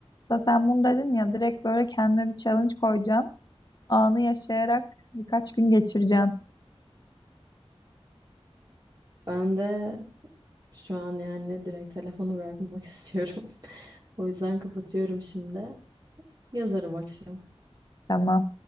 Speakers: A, on the left; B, on the right.
A: Da sen bunu dedin ya direkt böyle kendime bir challenge koyacağım. Anı yaşayarak birkaç gün geçireceğim.
B: Ben de şu an yani direkt telefonu bırakmak <laughs> istiyorum. O yüzden kapatıyorum şimdi. Yazarım akşam.
A: Tamam.